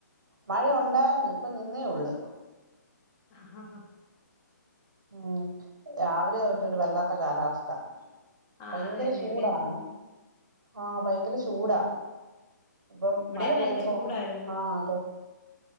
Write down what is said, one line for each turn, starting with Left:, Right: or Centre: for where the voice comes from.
Right: മഴ ഉണ്ടാർന്ന് ഇപ്പ നിന്നതെ ഒള്ള്
Left: ആഹ് ഹാ ഹാ
Right: ഉം രാവിലെ തൊട്ടൊരു വല്ലാത്ത കാലാവസ്ഥ
Left: ആഹ്
Right: ഭയങ്കര
Left: അത് തന്നെ
Right: ചൂടാണ്
Left: ഇവിടെയും
Right: ആഹ് ഭയങ്കര ചൂടാ ഇപ്പം
Left: ഇവിടെയും
Right: മഴ
Left: ഭയങ്കര
Right: പെയ്തപ്പം
Left: ചൂടായിരുന്നു
Right: ആഹ് അതെ